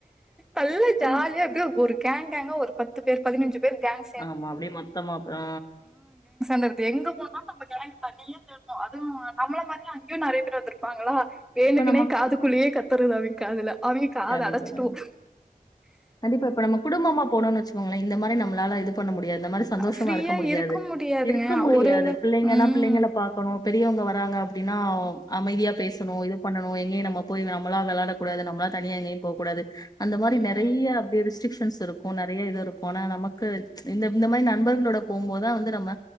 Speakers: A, in the centre; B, on the left.
A: நல்ல
B: ஆ
A: ஜாலியா அப்டியே ஒரு கேங் கேங்கா ஒருப் பத்துப் பேர் பதினஞ்சுப் பேர் கேங்
B: ஆமா அப்டியே மொத்தமா ஆ
A: <unintelligible> து எங்கப் போனால் நம்ப கேங் தனிய தெர்வும் அது நம்ள மாரியே அங்கியு நறையப் பேர் வந்துருப்பாங்களா வேணுக்குனே
B: இப்ப நம்ம
A: காதுக்குலையே கத்தறது அவிங் காதுல அவிங்க காத
B: கண்டிப்பா
A: அடச்சிட்டுவு
B: கண்டிப்பா கண்டிப்பா இப்ப நம்ம குடும்பமா போனான் வச் ங்கள இந்த மாரி நம்ளால இது பண்ண மு டியாது இந்த மாரி சந்தோஷமா
A: ஃப்ரீயா
B: இருக்க முடியாது
A: முடியாதுங்க.
B: இருக்க முடியாது
A: ஒரு வேள
B: பிள்ளைங்கனா
A: ம்.
B: பிள்ளைங்கள பாக்கணு பெரியவங்க வராங்க அப்டினா அமைதியா பேசணு இது பண்ணணு எங்கயு நம்ம போய் நம்மளா வெளாட கூடாது நம்ளா தனியா எங்கயு போ கூடாது அந்த மாரி
A: ம்.
B: ந றைய அப்டி ரிஸ்ட்ரிக் ஸ் இருக்கு நறைய இதுருக்கும் ஆனா நமக்கு இந்த மாரி நண்பர்களோட போம்போதுதா வந்து நம்ம